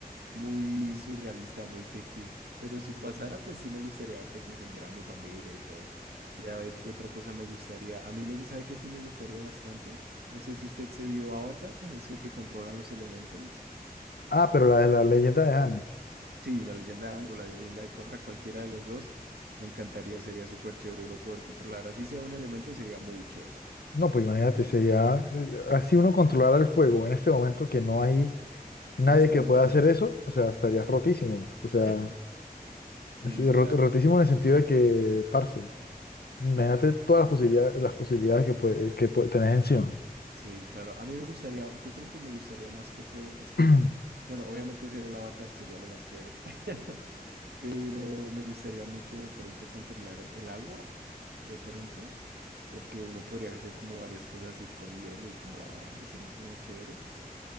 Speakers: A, on the right (about 85°); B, on the left (about 80°).
A: muy surrealista, muy ficti. Pero si pasara, pues sí me gustaría pues defender a mi familia y todo. Y a ver qué otra cosa me gustaría. A mí me gustaría que sí me gustaría bastante. No sé si usted se vio Avatar, es el que controlan los elementos.
B: Ah, pero la de la leyenda de Anne.
A: Sí, la leyenda de Aang la leyenda de Korra, cualquiera de las dos, me encantaría, sería súper chévere uno poder controlar. Así sea un elemento, sería muy chévere,
B: No, pues imagínate, sería eh, así uno controlar el fuego en este momento que no hay
A: que
B: nadie
A: no es tan
B: que pueda
A: útil.
B: hacer eso, o sea,
A: Ajá.
B: estaría rotísimo. O sea,
A: <clears throat> Sí,
B: es eh,
A: claro.
B: rot- rotísimo en el sentido de que, parce, imagínate todas las posibilidades, las posibilidades que, puede, que puede, tenés encima.
A: Sí, claro. A mí me gustaría, yo creo que me gustaría más que todo, es que,
B: <clears throat>
A: bueno, obviamente ser el avatar sería lo más chévere, <laughs> pero me gustaría mucho de pronto controlar el agua, de pronto, porque uno podría hacer como varias cosas así con hielo y toda la vaina y sería como chévere.